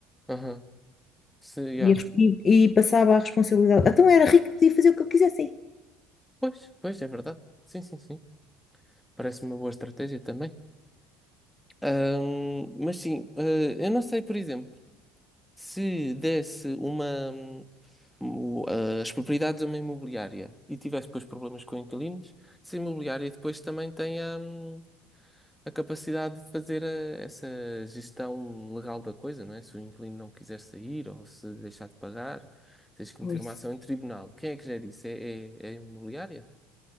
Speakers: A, in the centre; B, on the left.
A: Aham, Se, yeah.
B: E, a res- e- e passava a responsabilidade. Então era rico, podia fazer o que eu quisesse aí.
A: Pois, pois, é verdade. Sim, sim, sim. Parece uma boa estratégia também. Ahm, mas sim, eh, eu não sei, por exemplo, se desse uma, hum, o- eh, as propriedades a uma imobiliária e tivesse depois problemas com inquilinos, se a imobiliária depois também tem hum, a capacidade de fazer eh, essa gestão legal da coisa, não é? Se o inquilino não quiser sair ou se deixar de pagar, tens que
B: Pois.
A: meter uma ação em tribunal. Quem é que gera isso? É, é, é a imobiliária?